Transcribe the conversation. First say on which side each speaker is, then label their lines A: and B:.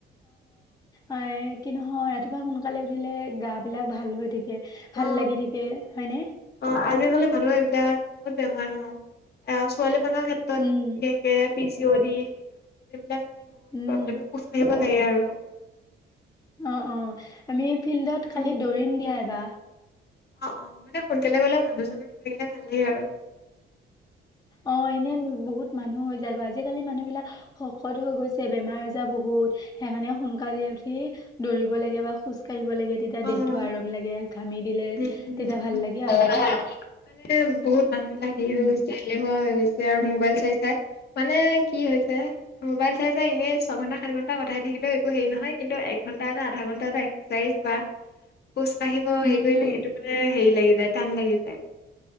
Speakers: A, on the left; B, on the left.
A: এ কি নহয় ৰাতিপুৱা সোনকালে উঠিলে গা বিলাক ভাল হৈ থিক। ভাল
B: অ
A: লাগি থাকে হয়নে।
B: অ আজিকালি মানুহৰ এইবিলাক বহুত বেমাৰ ন এ ছোৱালী মানুহৰ ক্ষেত্ৰত
A: উম
B: বিশেষকে পি চি অ দি এইবিলাক মানে বহুত
A: উম
B: প্ৰব্লেমে খোজ কঢ়িব লাগে আৰু
A: অ অ আমি ফিল্ডত খালি
B: উম
A: দৌৰিম দিয়া এইবাৰ।
B: অ অ মানে সোনকালে গলে মানুহজননৰ নথাকিলে ভাল লাগে আৰু
A: উ অ এনে বহুত মানুহ হৈ যায়গৈ আজিকালি মানুহ বিলাক শকত হৈ গৈছে বেমাৰ আজাৰ বহুত। সেইকাৰণে সোনকালে উঠি দৌৰিব লাগে বা খোজ কঢ়িব লাগে তেতিয়া
B: অ উম,
A: দেহতটো আৰাম লাগে। ঘামি দিলে
B: উম
A: তেতিয়া ভাল লাগে
B: হম
A: আৰু
B: মানে বহুত মানুহ বিলাক হেৰি
A: উম
B: হৈ গৈছে এহুৱা হৈ গৈছে আৰু মোবাইল চাই চাই মানে কি হৈছে মোবাইল চাই চাই এনেই ছঘন্টা। সাত ঘণ্টা পঠাই থাকিলেও একো হেৰি নহয় কিন্তু এঘণ্টা এটা আধা ঘণ্টা এটা এক্সাৰচাইজ বা।
A: <inaudible>
B: পোচ আহিবই।
A: উম উম
B: মান হেৰি লাগি যায় টান লাগি যায়।